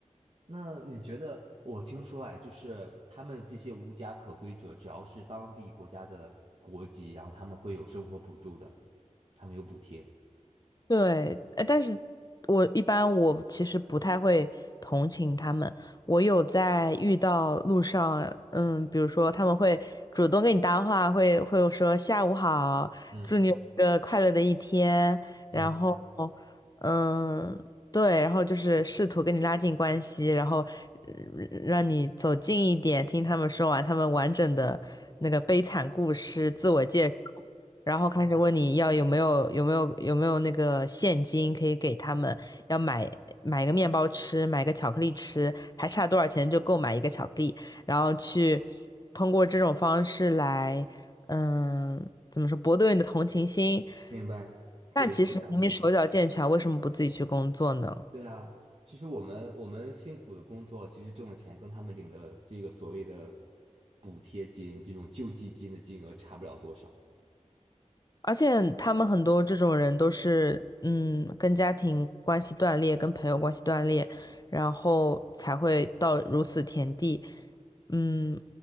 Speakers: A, on the right; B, on the left.
A: 那你觉得？我听说哎，就是他们这些无家可归者，只要是当地国家的国籍，然后他们会有生活补助的，他们有补贴。
B: 对，呃但是我一般我其实不太会同情他们。我有在遇到路上，嗯，比如说他们会主动跟你搭话，会会说下午好，
A: 嗯
B: 祝你有一个快乐的一天，
A: 嗯，
B: 然后，嗯，对，然后就是试图跟你拉近关系，然后呃让你走近一点，听他们说完他们完整的那个悲惨故事，自我介绍。然后开始问你要有没有有没有有没有那个现金可以给他们，要买买个面包吃，买个巧克力吃，还差多少钱就购买一个巧克力，然后去通过这种方式来，嗯，怎么说，博得你的同情心。
A: 明白。
B: 那其实明明手脚健全，
A: 对，就这样的。
B: 为什么不自己去工作呢？
A: 对啊，其实我们我们辛苦的工作，其实挣的钱跟他们领的这个所谓的补贴金、这种救济金的金额差不了多少。
B: 而且他们很多这种人都是，嗯，跟家庭关系断裂，跟朋友关系断裂，然后才会到如此田地。嗯，